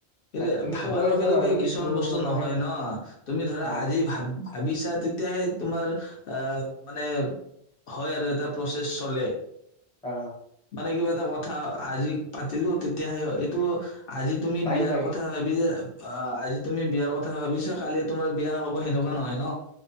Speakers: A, on the left; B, in the centre.
A: এই
B: তুমিতো
A: ভাবাৰ
B: কৈ
A: লগে
B: আছা
A: লগে
B: বাৰু
A: কিছুমান
B: কিন্তু
A: বস্তু
B: মানে
A: নহয় ন তুমি ধৰা
B: অ
A: আজি ভাবিছা তেতিয়াহে তোমাৰ আহ মানে হয় আৰু এটা প্ৰচেছ চলে
B: অ
A: মানে কিবা এটা কথা আজি পাতিলো তেতিয়াহে এইটো আজি তুমি
B: টাইম
A: বিয়াৰ
B: লাগে
A: কথা ভাবি যে অ আজি তুমি বিয়াৰ কথা ভাবিছা কালি তোমাৰ বিয়া হ'ব সেনেকুৱা নহয় ন